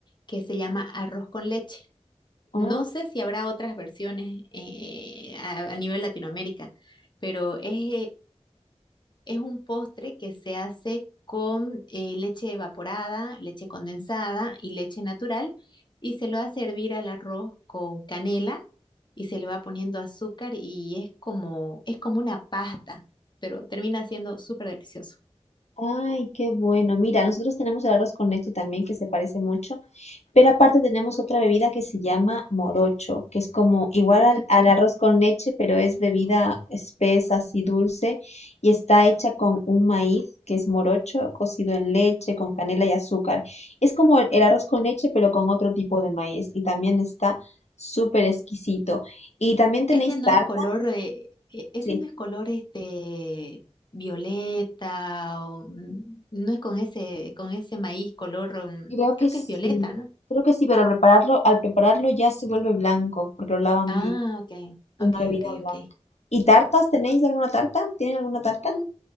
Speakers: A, on the left (about 40°); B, on the left (about 75°).
A: que se llama arroz con leche.
B: Ah,
A: No sé si habrá otras versiones eh, a, a nivel Latinoamérica, pero es, eh, es un postre que se hace con eh, leche evaporada, leche condensada y leche natural, y se lo hace hervir al arroz con canela y se le va poniendo azúcar y es como, es como una pasta, pero termina siendo súper delicioso.
B: ay, qué bueno. Mira, nosotros tenemos el arroz con leche también, que se parece mucho. Pero aparte tenemos otra bebida que se llama morocho, que es como igual
A: Morocho.
B: al, al arroz con leche, pero es bebida espesa, así dulce, y está hecha con un maíz que es morocho, cocido en leche, con canela y azúcar. Es como el, el arroz con leche, pero con otro tipo de maíz, y también está súper exquisito. Y también tenéis
A: Ese no
B: tarta,
A: es color, eh, e- ese
B: sí,
A: no es color este violeta o mm, no es con ese, con ese maíz color, mm,
B: creo
A: creo
B: que sí,
A: que es violeta, ¿no?
B: creo que sí, pero al prepararlo, al prepararlo ya se vuelve blanco, porque lo lavan
A: Ah,
B: bien.
A: ok, ok,
B: Una bebida
A: ok,
B: blanca.
A: ok.
B: ¿Y tartas? ¿Tenéis alguna tarta? ¿Tienen alguna tarta?
A: Mm,